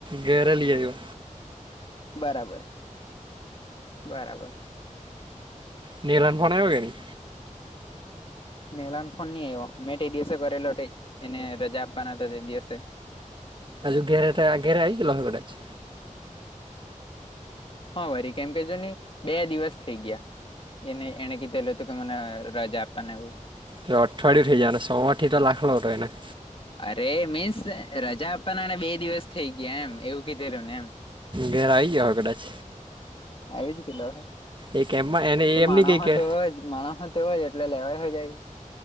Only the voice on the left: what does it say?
બરાબર બરાબર
નેલા ફોન નઈ આવ્યો મેં તે દિવસે કરેલો એને રજા આપવાના હતા તે દિવસે
હા વરી કેમ કે જો નહી બે દિવસ થઈ ગયા એને એણેકી દલો ત કે મને રજા આપપનેવું
અરે મીન્સ રજા આપવાનાને બે દિવસ થઈ ગયા એમ એવું કીધેલું ને એમ
આવીજ ગેલો હશ
તો
માણહ
તેવ જ માણહ હો તેવ જ એટલે લેવાય હો જાય